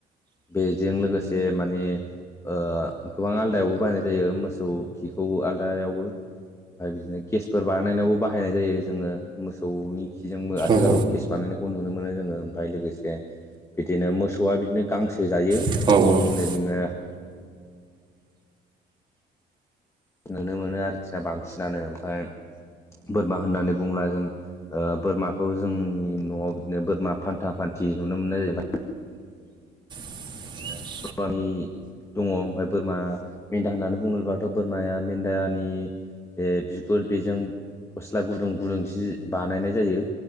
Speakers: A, on the left; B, on the right.
A: बेजों लोगोसे माने ओ गोबां आलदायावबो बायनाय जायो मोसौ खौ आलदायावबो ओमफ्राय बिदिनो गेसफोर बानायनायावबो बाहायनाय जायो जोङो मोसौनि खिजोंबो आथिखालाव
B: रां
A: गेस बानायनायखौ नुनो मोनो जोङो ओमफ्राय लोगोसे बिदिनो मोसौआ बिदिनो गांसो जायो
B: आरजिनो
A: बिदिनो नुनो मोनो आरोखि ना बांसिनानो ओमफाय बोरमा होननानै बुंब्ला जों ओ बोरमाखौ जोंनि न'आव बिदिनो बोरमा फान्था फान्थि नुनो मोननाय जायो
B: <inaudible>
A: <unintelligible> दङ ओमफ्राय बोरमा मेन्दा होननानै बुङोबोबाथ' बोरमाया मेन्दानि जे बिगुर बेजों गस्ला गुदुं गुदुं जि बानायनाय जायो।